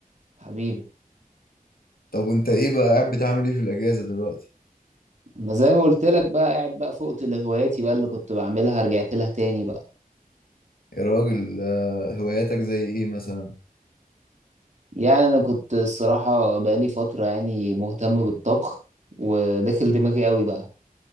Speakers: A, on the right; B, on the left.
A: حبيبي
B: طب وانت ايه بقى قاعد بتعمل ايه في الاجازة دلوقتي
A: ما زي ما قلت لك بقى قاعد بقى فقت لهواياتي بقى اللي كنت بعملها رجعت لها تاني بقى
B: يا راجل آه، هواياتك زي ايه مثلا
A: يعني انا كنت الصراحة بقى لي فترة يعني مهتم بالطبخ وداخل دماغي قوي بقى